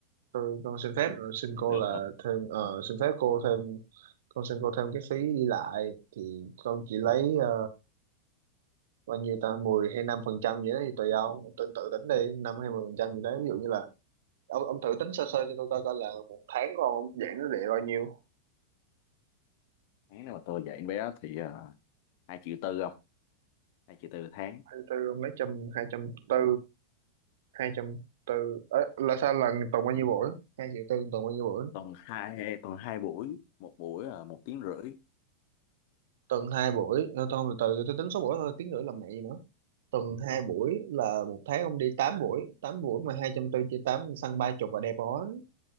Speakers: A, on the right; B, on the left.
A: tôi con xin phép ờ, xin cô
B: được
A: là
B: được
A: thêm ờ, xin phép cô thêm con xin cô thêm cái phí đi lại thì con chỉ lấy ờ, bao nhiêu ta 10 hay 5 phần trăm gì đó thì tùy ông tên tự tính đi năm hay 10 phần trăm gì đấy ví dụ như là ông ông thử tính sơ sơ cho tôi coi coi là một tháng của ông giảm nó để bao nhiêu
B: tháng nào mà tôi dạy em bé thì à, hai triệu tư không hai triệu tư tháng
A: hai tư ông lấy trăm hai trăm tư hai trăm tư là sao lần tuần bao nhiêu buổi hai triệu tư tuần bao nhiêu buổi
B: tuần hai tuần hai buổi một buổi là một tiếng rưỡi
A: tuần hai buổi Ờ, thôi từ từ tôi tính số buổi thôi tiếng nữa làm mẹ gì nữa tuần hai buổi là một tháng ông đi tám buổi 8 buổi mà hai trăm tư chia tám săn ba chục và đẹp đó